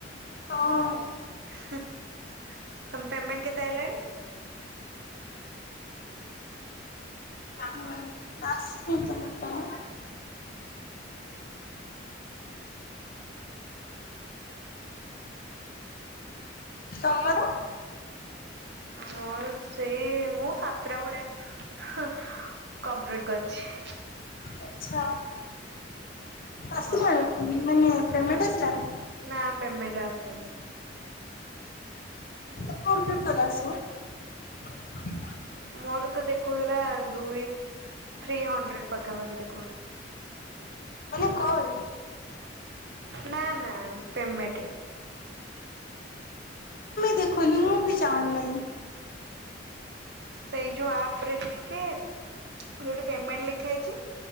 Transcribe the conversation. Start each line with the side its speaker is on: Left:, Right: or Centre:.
Left: ହଁ।
Right: ହୁଁ ହୁଁ ତମ ପେମେଣ୍ଟ କେତେ ଆଇଲାଣି?
Left: <unintelligible> <unintelligible> ତମର?
Right: ମୋର ସେଇ, ମୁଁ ସାତଟା ଭଳିଆ ହୁଁ କମ୍ପ୍ଲିଟ କରିଛି।
Left: ଆଚ୍ଛା। ଆସିଲାଣି
Right: ହଁ
Left: ମାନେ ପେମେଣ୍ଟ ଆସିଲାଣି?
Right: ନା ପେମେଣ୍ଟ ଆସିନି।
Left: <unintelligible> ଆସିବ। ହ
Right: ମୋର ତ ଦେଖଉଥିଲା ଦୁଇ, ଥ୍ରୀ ହଣ୍ଡ୍ରେଡ ପାଖାପାଖି ଦେଖଉ
Left: ମାନେ କଲ୍।
Right: ନା ନା ପେମେଣ୍ଟ।
Left: ଦେଖଉନି ମୁଁ ବି ଜାଣି ନାହିଁ।
Right: ସେଇ ଯୋଉ ଆପରେ ଯାଇଁକି, ଯୋଉଠି ପେମେଣ୍ଟ ଲେଖା ହେଇଛି।